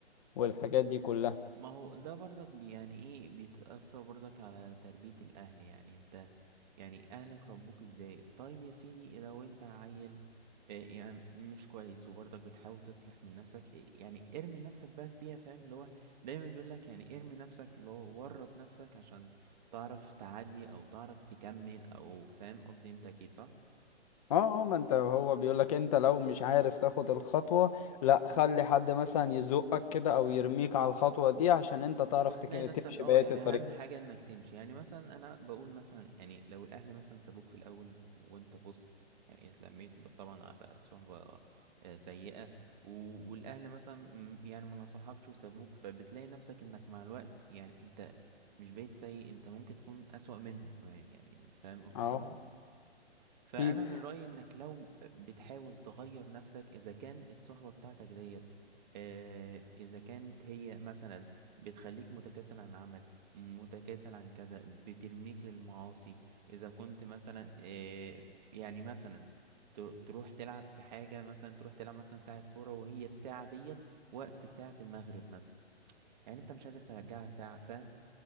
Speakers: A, on the left (about 30°); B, on the right (about 40°).
A: والحاجات دي كلها
B: ما هو ده برضك بي يعني ايه بيتأثر برضك على تربية الاهل يعني انت يعني اهلك ربوك ازاي طيب يا سيدي لو انت عيل آه، يعني مش كويس وبرضك بتحاول تصلح من نفسك إيه، يعني ارمي نفسك بقى في بيئة فاهم اللي هو دايما بيقولك يعني ارمي نفسك اللي هو ورط نفسك عشان تعرف تعدي او تعرف تكمل او فاهم قصدي انت اكيد صح
A: اه اه ما انت هو بيقولك انت لو مش عارف تاخد الخطوة لا خلي حد مثلا يزقك كده او يرميك على الخطوة دي عشان انت تعرف
B: وهتلاقي
A: تك-
B: نفسك
A: تمشي
B: اه
A: بقية
B: يعني
A: الطريق
B: اهم حاجة انك تمشي يعني مثلا انا بقول مثلا يعني لو الاهل مثلا سابوك في الاول وانت بوست يعني اتلميت ب- طبعا على صحبة آه، سيئة و- والاهل مثلا م- يعني ما نصحكش وسابوك فبتلاقي نفسك انك مع الوقت يعني انت مش بقيت سيء انت ممكن تكون اسوأ منهم كمان يعني فاهم قصدي
A: اه
B: طبعا فانا
A: اكيد
B: من رايي انك لو بتحاول تغير نفسك اذا كان الصحبه بتاعتك ديت آه، اذا كانت هي مثلا بتخليك متكاسل عن العمل متكاسل عن كذا بترميك للمعاصي اذا كنت مثلا آه، يعني مثلا ت- تروح تلعب في حاجه مثلا تروح تلعب مثلا ساعه كوره وهي الساعه ديت وقت ساعه المغرب مثلا يعني انت مش قادر ترجعها ساعه فاهم